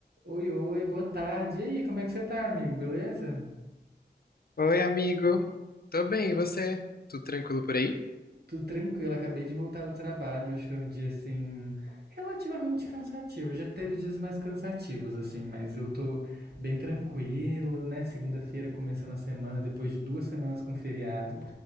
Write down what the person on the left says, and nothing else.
Oi, amigo. Tô bem, e você? Tudo tranquilo por aí?